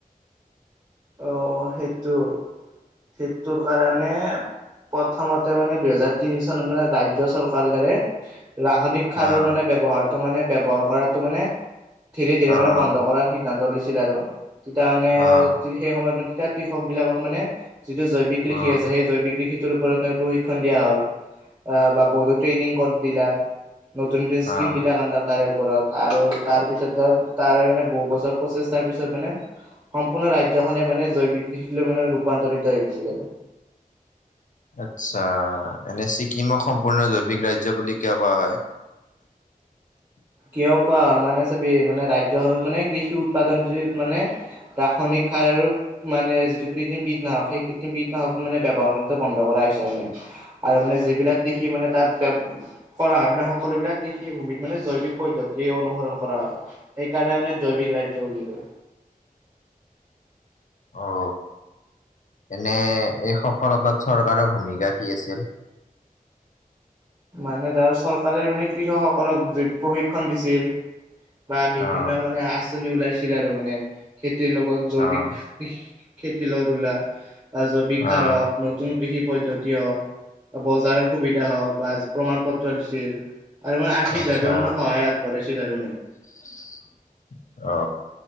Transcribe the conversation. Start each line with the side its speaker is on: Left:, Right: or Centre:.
Right: অ সেইটো সেইটোৰ কাৰণে প্ৰথমতে মানে দুহেজাৰ তিনি চনত মানে ৰাজ্য চৰকাৰ দৰে ৰাসায়নিক সাৰৰ
Left: অ',
Right: মানে ব্যৱহাৰতো মানে ব্যৱহাৰ কৰাতো মানে ধীৰে ধৰে
Left: অ',
Right: মানে
Left: অ',
Right: বন্ধ কৰাৰ সি দ্ধান্ত লৈছিল আৰু তেতিয়া মানে
Left: অ',
Right: সেই সময়ত মানে তেতিয়া কৃষক বিলাকক মানে যিটো জৈৱিক কৃষি
Left: অ',
Right: আছে সেই জৈৱিক কৃষিটোৰ ওপৰত তাৰ প্ৰশিক্ষন দিয়া হ'ল অ বা বৈদ্যু ট্ৰেইনিং কত দিলাক নতুন নতুন স্কীম
Left: অ'।
Right: বিলাক আনলাক তাৰে ওপৰত আৰু তাৰ পিছত তাৰে মানে বহুত বছৰ প্ৰচেষ্টাৰ পিছত মানে সম্পূৰ্ণ ৰাজ্যখনে মানে জৈৱিক কৃষিক লৈ মানে ৰূপান্তৰিত হৈ গৈছিলে
Left: আচ্ছা এনে ছিকিমক সম্পূৰ্ণ জৈৱিক ৰাজ্য বুলি কিয় কোৱা হয়
Right: কিয় কোৱা মানে চাবি মানে ৰাজ্যখনত মানে কৃষি উৎপাদন যত মানে ৰাসায়নিক সাৰ আৰু মানে যিটো কৃত্ৰিম কীটনাশক সেই কৃত্ৰিম কীটনাশক মানে ব্যৱহাৰ কৰাতো বন্ধ কৰা হৈছে মানে আৰু মানে যিবিলাক কৃষি মানে তাত ব্য কৰা হয় মানে সকলোবিলাক কৃষিভূমিত মানে জৈ ৱিক পদ্ধতিৰে অনুসৰণ কৰা হয় সেইকাৰণে মানে জৈৱিক ৰাজ্য বুলি কয়
Left: অ এনে এই সফলতাত চৰকাৰৰ ভূমিকা কি আছিল
Right: মানে ধৰ চৰকাৰে মানে কৃষকসকলক যি প্ৰশিক্ষণ দিছিল বা বিভিন্ন
Left: অ',
Right: মানে আঁচনি ওলাইছিলে আৰু মানে খেতিৰ লগত জৈৱিক
Left: অ',
Right: খেতি লগ ধোলা বা জৈৱিক
Left: অ',
Right: সাৰক নতুন কৃষি পদ্ধতি হওক বজাৰৰ সুবিধা হওক বা প্ৰমাণ পত্ৰ দিছিল আৰু মানে আৰ্থিকভাৱেও
Left: আচ্ছা
Right: মানে সহায় আগবহাইছিল তাৰ মানে
Left: <unintelligible> অ